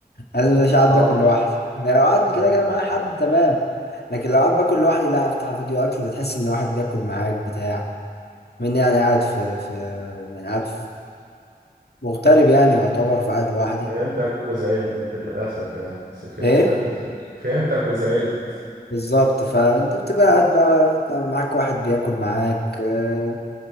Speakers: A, on the left; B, on the right.
A: لازم مش قاعد
B: اه
A: باكل لوحدي يعني لو قاعد كده
B: فهمتك
A: كده معايا حد
B: فهمتك
A: تمام لكن لو قاعد باكل لوحدي لا افتح فيديو اكل تحس ان واحد بياكل معاك بتاع مني انا قاعد في في يعني قاعد مغترب يعني يعتبر فقاعد لوحدي
B: فهمتك وزعلت للاسف يعني بس فهمتك
A: ايه
B: وزعلت فهمتك وزعلت
A: بالظبط فانت بتبقى قاعد بقى أنت معاك واحد بياكل معاك آه،